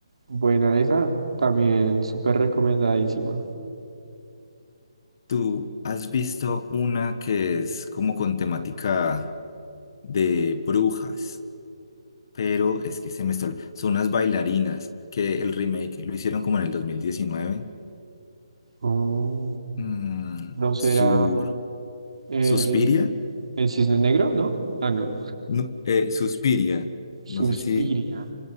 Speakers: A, on the right; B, on the left.
A: buena esa, también súper recomendadísima.
B: ¿Tú has visto una que es como con temática de brujas? Pero es que se me está... Son unas bailarinas que el remake lo hicieron como en el 2019.
A: Oh,
B: Mm,
A: ¿no será
B: sur...
A: el,
B: ¿Suspiria?
A: el Cisne Negro? ¿No? Ah, no.
B: No, eh, Suspiria. No
A: Suspiria.
B: sé si...